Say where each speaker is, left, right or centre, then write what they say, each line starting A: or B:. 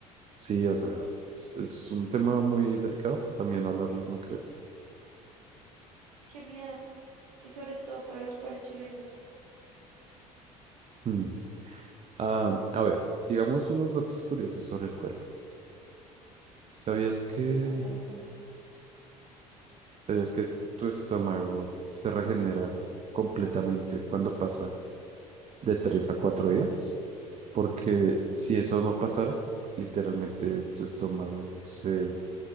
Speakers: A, on the right (about 35°); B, on the right (about 70°).
A: Sí, o sea, es, es un tema muy delicado también hablarlo, ¿no crees?
B: Qué miedo. Y sobre todo para los pobres chilenos.
A: Mm. Ah, a ver, digamos unos datos curiosos sobre el cuerpo. ¿Sabías que,
B: Cuéntame, cuéntame.
A: sabías que tu estómago se regenera completamente cuando pasa de tres a cuatro días? Porque si eso no pasara, literalmente tu estómago se